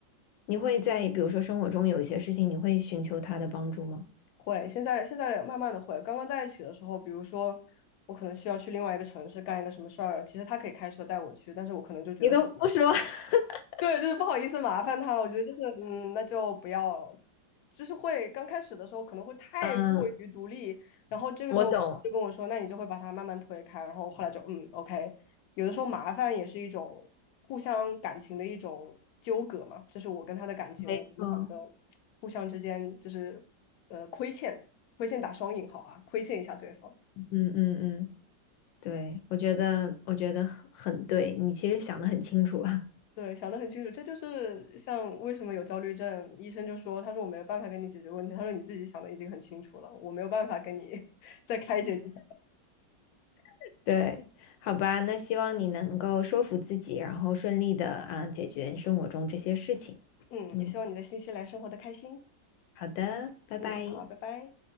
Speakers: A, on the left; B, on the left.
A: 你会在比如说生活中有一些事情，你会寻求他的帮助吗？
B: 会。现在现在慢慢的会，刚刚在一起的时候，比如说我可能需要去另外一个城市干一个什么事儿，其实他可以开车带我去，但是我可能就觉得
A: 你都不说，<laughs>
B: 对，就是不好意思麻烦他，我觉得就是嗯，那就不要，就是会刚开始的时候可能会太过于独立，
A: 嗯，
B: 然后这个时候就跟我说，
A: 我懂，
B: 那你就会把他慢慢推开，然后后来就嗯，OK，有的时候麻烦也是一种互相感情的一种纠葛嘛，这是我跟他的感情，
A: 没错，
B: 我们两个互相之间就是呃亏欠，亏欠打双引号啊，亏欠一下对方。
A: 嗯嗯嗯，对，我觉得，我觉得很很对，你其实想的很清楚啊，
B: 对，想得很清楚，这就是像为什么有焦虑症，医生就说，他说我没有办法跟你解决问题，他说你自己想的已经很清楚了，我没有办法跟你 <laughs> 再开解你。
A: <laughs> 对，好吧，那希望你能够说服自己，然后顺利的啊解决你生活中这些事情，
B: 嗯，
A: 嗯，
B: 也希望你在新西兰生活的开心。
A: 好的，拜拜。
B: 嗯，好，拜拜。